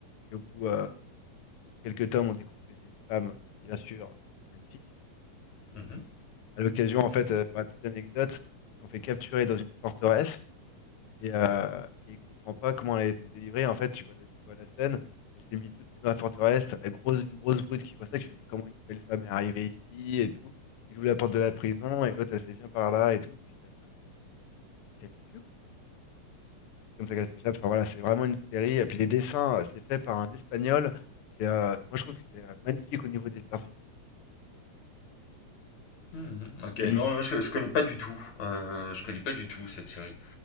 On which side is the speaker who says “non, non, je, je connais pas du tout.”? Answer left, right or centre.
Left